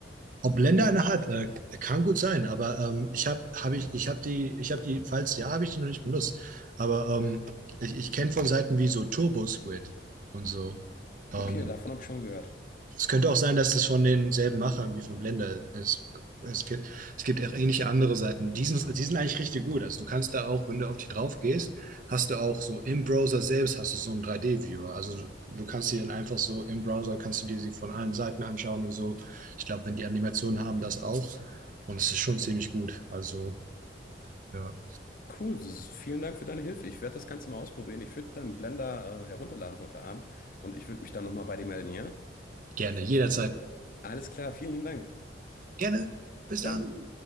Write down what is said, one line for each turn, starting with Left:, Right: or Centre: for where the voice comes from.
Right: Ob Blender eine hat, äh, kann gut sein, aber ähm, ich habe hab ich, ich hab die, ich habe die, falls ja, habe ich die noch nicht benutzt. Aber ähm, ich, ich kenne von Seiten wie so Turbo Squid und so. Ähm,
Left: Okay, davon habe ich schon gehört.
Right: Es könnte auch sein, dass das von denselben Machern wie von Blender ist. Es gibt, es gibt auch ähnliche andere Seiten. Die sind, die sind eigentlich richtig gut. Also du kannst da auch, wenn du auf die drauf gehst, hast du auch so im Browser selbst hast du so einen 3D-Viewer. Also du, du kannst die dann einfach so im Browser, kannst du dir sie von allen Seiten anschauen und so. Ich glaube, wenn die Animationen haben, das auch. Und es ist schon ziemlich gut. Also ja,
Left: Cool, das ist, vielen Dank für deine Hilfe. Ich werde das Ganze mal ausprobieren. Ich würde deinen Blender äh, herunterladen heute Abend und ich würde mich dann nochmal bei dir melden, ja?
Right: gerne, jederzeit.
Left: Alles klar, vielen lieben Dank.
Right: Gerne. Bis
Left: Bis dann.
Right: dann.